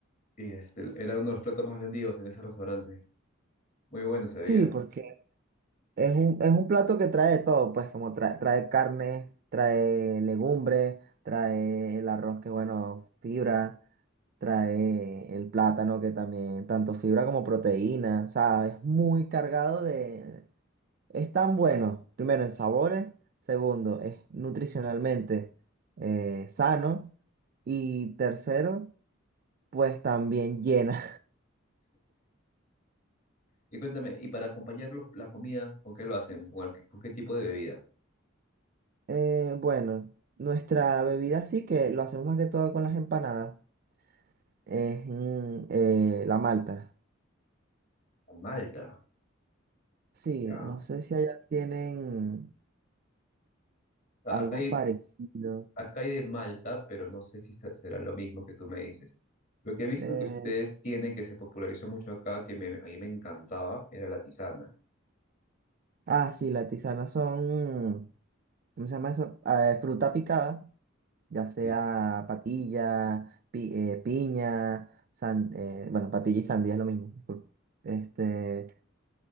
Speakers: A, on the left (about 50°); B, on the right (about 45°).
A: Y este, era uno de los platos más vendidos en ese restaurante. Muy bueno se veía.
B: Sí, porque es un, es un plato que trae de todo, pues como trae, trae carne, trae legumbres, trae el arroz que bueno, fibra, trae el plátano que también, tanto fibra como proteína, o sea, es muy cargado de... Es tan bueno, primero en sabores, segundo, es nutricionalmente eh, sano y tercero, pues también llena.
A: Y cuéntame, ¿y para acompañar los- la comida, con qué lo hacen? ¿Con, el- con qué tipo de bebida?
B: Eh, bueno, nuestra bebida sí que lo hacemos más que todo con las empanadas. Es mm, eh, la malta.
A: Con Malta,
B: Sí,
A: ¿ya?
B: no
A: O
B: sé si allá tienen
A: sea,
B: algo
A: acá hay
B: parecido.
A: Acá hay de Malta, pero no sé si se- será lo mismo que tú me dices. Lo que he visto
B: Eh,
A: que ustedes tienen, que se popularizó mucho acá, que me- a mí me encantaba, era la tisana.
B: ah, sí, las tisanas son, mm, ¿cómo se llama eso? Eh, fruta picada, ya sea
A: Sí.
B: patilla, pi- eh, piña, san- eh, bueno, patilla y sandía es lo mismo, disculpa. Este,